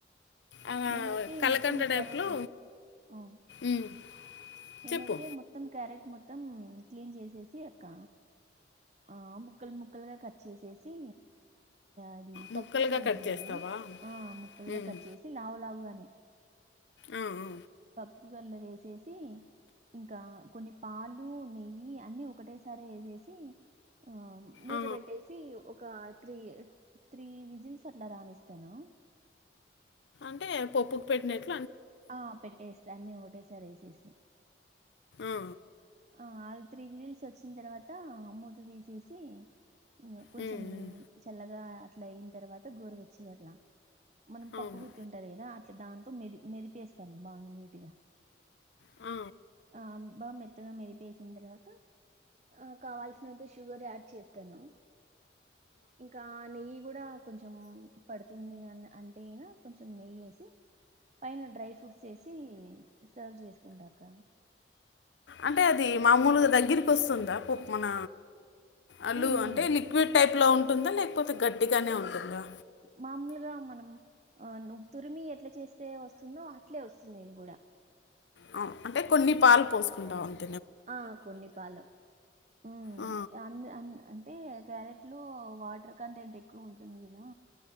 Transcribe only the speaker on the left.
అలా
కలకండ
టైప్లో
మ్మ్.
చెప్పు
ముక్కలుగా
కట్ చేస్తావా
మ్మ్.
ఆ ఆ
ఆ,
అంటే పప్పుకు పెట్టినట్టు
ఆ,
మ్మ్, మ్మ్.
అవును
అ
అంటే అది మామూలుగా దగ్గరికి వస్తుందా పోప్ప్ మన అలు
అంటే
లిక్విడ్ టైప్ లో ఉంటుందా లేకపోతే గట్టిగానే ఉంటుందా
ఆ అంటే కొన్ని పాలు పోసుకుంటావ న్
ఆ,